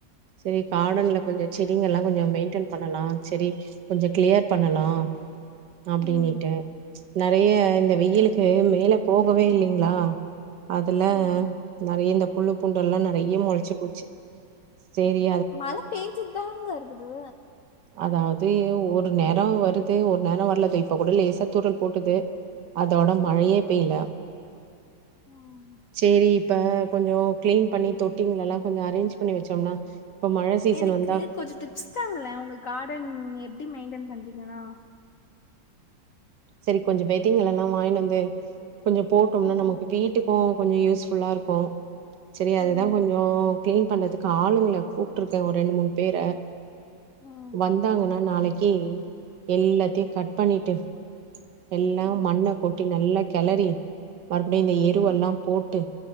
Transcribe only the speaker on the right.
செரி கார்டன்ல கொஞ்சோ செடிங்க எல்லா கொஞ்சம் மெயின்டென் பண்ணலா செடி கொஞ்சம் கிளியர் பண்ணலா அப்படின்னுட்டு
நிறைய இந்த வெயிலுக்கு மேல போகவே இல்லீங்களா அதுல
நெறைய இந்த புல்லு புண்டு எல்லா நிறைய முளச்சி போச்சு செரி
அதாவது ஒரு நேரம் வருது ஒரு நேரம் வரல த இப்ப கூட கொஞ்சம் லேசா தூரல் போட்டுது அதோட
மழையே பெய்யல
சேரி இப்ப கொஞ்சம் கிளீன் பண்ணி தொட்டிங்கலல்லா கொஞ்சம் அரேஞ்ச் பண்ணி வச்சோம்னா இப்ப மழ சீசன்
வந்தா
சேரி கொஞ்சோ விதைங்கள்லல்லா வாங்கி வந்து கொஞ்சோ போட்டோம்னா
நமக்கு வீட்டுக்கு கொஞ்சோ யூஸ்ஃபுல்லா இருக்கு சேரி அதுதா
கொஞ்சோ க்ளீன் பண்றதுக்கு ஆளுங்ள கூப்ட்ருக்கே ஒர் ரெண்டு மூணு பேர
வந்தாங்கனா நாளைக்கி எல்லாத்தியு கட் பண்ணிட்டு எல்லா
மண்ண கொட்டி நல்லா கெளறி மறுபடியு இந்த எருவல்லா
போட்டு